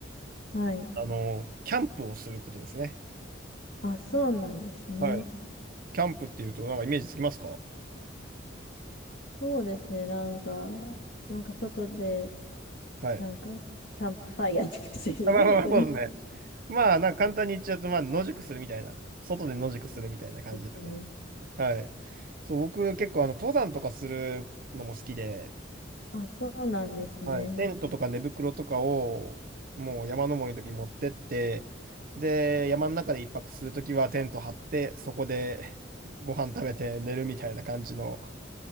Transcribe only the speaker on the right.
あの、キャンプをすることですね。
はい。キャンプっていうと、なんかイメージつきますか
はい。
あまあまあまあ、
そうですね。まあ、なんか簡単に言っちゃうと、まあ、野宿するみたいな。外で野宿するみたいな感じですね。
はい。そう、僕結構、あの、登山とかするのも好きで、
はい、テントとか寝袋とかをもう山登りの時に持ってって、で、山の中で一泊する時はテント張って、そこで <laughs> ご飯食べて寝るみたいな感じの